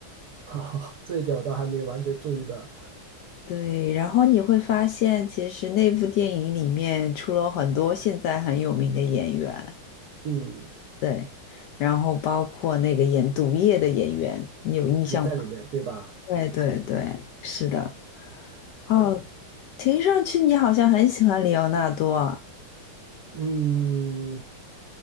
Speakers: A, on the right; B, on the left.
A: <laughs> 好，这一点我倒还没完全注意到，
B: 对，然后你会发现，其实那部电影里面出了很多现在很有名的演员，
A: 嗯，
B: 对，然后包括那个演毒液的演员，你有印象吗？
A: 也在里面，对吧？
B: 对对对，是的。哦，
A: 对，
B: 听上去你好像很喜欢里奥纳多啊。
A: 嗯，